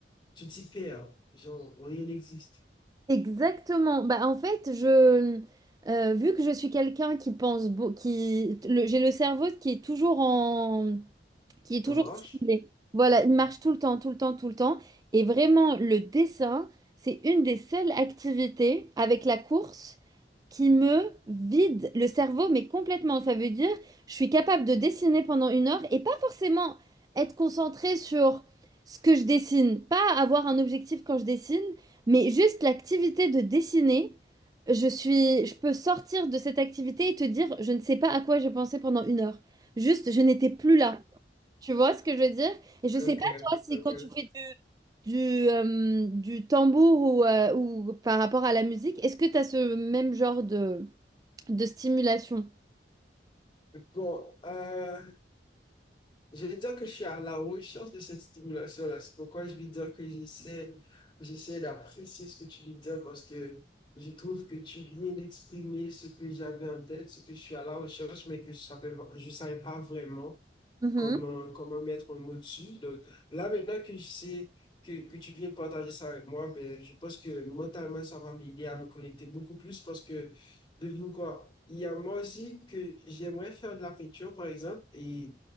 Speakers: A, on the left; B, on the right.
A: tu t'y perds. Genre, rien n'existe.
B: Exactement. Bah, en fait, je, euh, vu que je suis quelqu'un qui pense, beau- qui, le- j'ai le cerveau qui est toujours en, qui est
A: En
B: toujours
A: marche?
B: stimulé. Voilà, il marche tout le temps, tout le temps, tout le temps. Et vraiment, le dessin, c'est une des seules activités avec la course qui me vide le cerveau, mais complètement. Ça veut dire, je suis capable de dessiner pendant une heure et pas forcément être concentrée sur ce que je dessine, pas avoir un objectif quand je dessine, mais juste l'activité de dessiner. Je suis, je peux sortir de cette activité et te dire, je ne sais pas à quoi j'ai pensé pendant une heure. Juste, je n'étais plus là. Tu vois ce que je veux dire? Et je sais
A: Ok,
B: pas toi si
A: ok.
B: quand tu fais du, du, euh, du tambour ou, euh, ou par rapport à la musique, est-ce que tu as ce même genre de, de stimulation?
A: Bon, euh, Je vais dire que je suis à la recherche de cette stimulation-là. C'est pourquoi je vais dire que j'essaie, j'essaie d'apprécier ce que tu veux dire parce que je trouve que tu viens d'exprimer ce que j'avais en tête, ce que je suis à la recherche, mais que je savais, je savais pas vraiment
B: Mhm,
A: comment, comment mettre un mot dessus. Donc, là, maintenant que je sais que, que tu viens de partager ça avec moi, ben, je pense que mentalement, ça va m'aider à me connecter beaucoup plus parce que, devine quoi, il y a moi aussi que j'aimerais faire de la peinture, par exemple, et